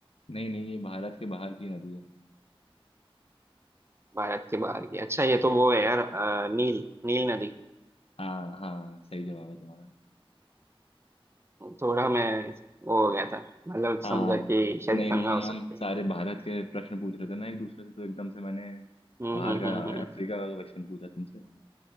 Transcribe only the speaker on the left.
नहीं नहीं ये भारत के बाहर की नदी है
हाँ हाँ सही जवाब है तुम्हारा
हाँ
नहीं
नहीं हम
हम
सारे भारत के प्रश्न पूछ रहे थे ना एक दूसरे से तो एकदम से मैंने
बाहर
का
अफ्रीका का क्वेश्चन पूछा तुमसे